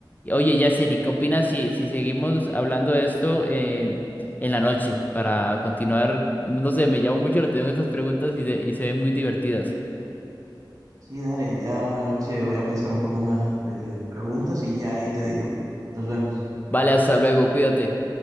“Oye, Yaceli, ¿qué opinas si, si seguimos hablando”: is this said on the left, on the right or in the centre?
Left